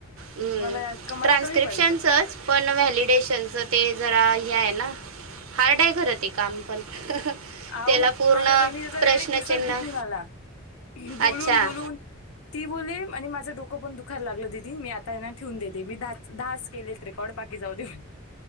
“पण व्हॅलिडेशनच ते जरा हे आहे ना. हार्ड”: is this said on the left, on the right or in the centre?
Right